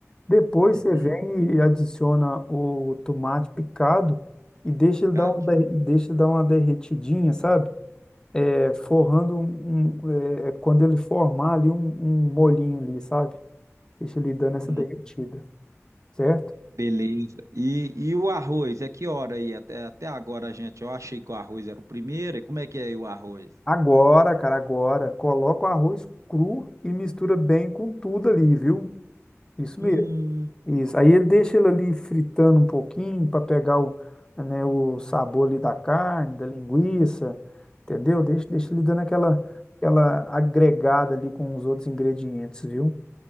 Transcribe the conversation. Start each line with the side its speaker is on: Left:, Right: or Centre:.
Left: Depois
Right: Uhum,
Left: você vem e adiciona o tomate picado e deixa ele dar
Right: cadinho.
Left: uma, derre- deixa ele dar uma derretidinha, sabe? É, forrando um, um, é, é, quando ele formar ali um, um molhinho ali, sabe? Deixa ele dando essa
Right: Uhum,
Left: derretida, certo?
Right: beleza. E, e o arroz, é que hora aí? Até, até agora, gente, eu achei que o arroz era o primeiro, e como é que é aí o arroz?
Left: Agora, cara, agora, coloca o arroz cru e mistura bem com tudo ali, viu? Isso mesmo.
Right: Hum,
Left: Isso. Aí ele deixa ele ali fritando um pouquinho para pegar o, né, o sabor ali da carne, da linguiça, entendeu? Deixa, deixa ele dando aquela, aquela agregada ali com os outros ingredientes, viu?